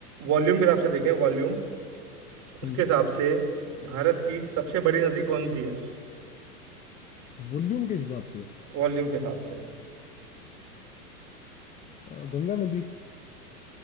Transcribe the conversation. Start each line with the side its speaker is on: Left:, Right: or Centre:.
Right: वॉल्यूम के हिसाब से देखें वॉल्यूम उसके
Left: हम्म
Right: हिसाब से भारत की सबसे बड़ी नदी कौन सी है
Left: वॉल्यूम के हिसाब से
Right: वॉल्यूम के हिसाब से
Left: अ, गंगा नदी